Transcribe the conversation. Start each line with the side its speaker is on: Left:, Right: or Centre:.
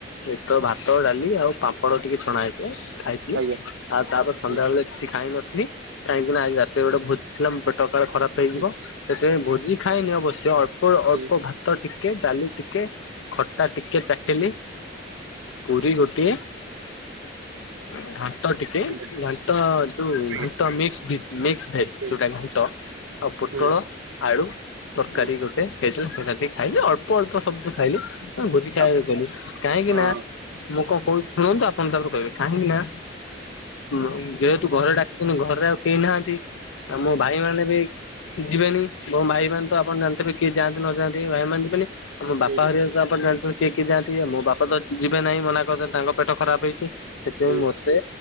Left: ଏତ ଭାତ ଡାଲି ଆଉ ପାମ୍ପଡ଼ ଟିକେ ଛଣା ହେଇଥିଲା ଖାଇ ଥିଲି
Right: ଆଜ୍ଞା।
Left: ଆଉ ତାପରେ ସନ୍ଧ୍ୟା
Right: ହୁଁ
Left: <unintelligible> କିଛି ଖାଇ ନଥିଲି। କାହିଁକିନା ଆଜି ରାତିରେ ଗୋଟେ ଭୋଜିିଥିଲା ମୋ ପେଟ କାଳେ ଖରାପ ହେଇଯିବ
Right: ହୁଁ,
Left: ସେଥିପାଇଁ ଭୋଜି ଖାଇନି ଅବଶ୍ୟ ଅଳ୍ପ
Right: ହୁଁ,
Left: ଅଳ୍ପ ଭା ତ ଟିକେ ଡାଲ ଟିକେ ଖଟା ଟିକେ ଚାଟିଲି। ପୁରୀ ଗୋଟିଏ ଘାନ ଣ୍ଟ ଟିକେ
Right: ଆଜ୍ଞା,
Left: ଘାଣ୍ଟ ଯୋଉ
Right: ଆଜ୍ଞା,
Left: ଘାଣ୍ଟ ମିକ୍ସ ଭିଜ୍ ମିକ୍ସ ଭେ <unintelligible>
Right: ହୁଁ,
Left: ଘାଣ୍ଟ ଆଉ ପୋଟୋଳୋ
Right: ହୁଁ,
Left: ଆଳୁ ତରକାରୀ
Right: ହୁଁ,
Left: ଗୋଟେ ହେଇଥିଲା <unintelligible> ଏତିକି ଖାଇଲି ଅଳ୍ ଳ୍ପ ଅଳ୍ପ ସବୁ <unintelligible> ଖାଇଲି ଭୋଜି ଖାଇବା
Right: ଆ-
Left: କୁ ଗଲି କାହିଁକି
Right: ହଁ,
Left: ନା ମୁଁ କଁ କୋହୁଚି ଶୁଣନ୍ତୁ ଆପଣ ତାପରେ କହିବେ କାହିଁକି ନା ଉଁ ଯେହେତୁ ଘରେ ଡାକି <unintelligible> ଘରେ ଆଉ କେହି ନାହାନ୍ତି ଆଉ ମୋ ଭାଇ ମାନେ ବି ଯିବେନି ମୋ ଭାଇ ମାନ ତ ଆପଣ ଜାଣିଥିବେ କିଏ ଯାଆନ୍ତି ନ ଯାନ୍ତି ଭାଇ ମାନେ ଯିବେନି ଆଉ ମୋ
Right: ହୁଁ,
Left: ବାପା ହାରିଆ ତ ଆପଣ ଜାଣିଚନ୍ତି। କିଏ କିଏ ଯାଆନ୍ତି ଆଉ ମୋ ବାପା ତ ଯିବେ ନାହିଁ ମନା କରିଦେଲେ ତାଙ୍କ ପେଟ ଖରାପ ହେଇଛି ସେଥିପାଇଁ
Right: ହୁଁ,
Left: ମତେ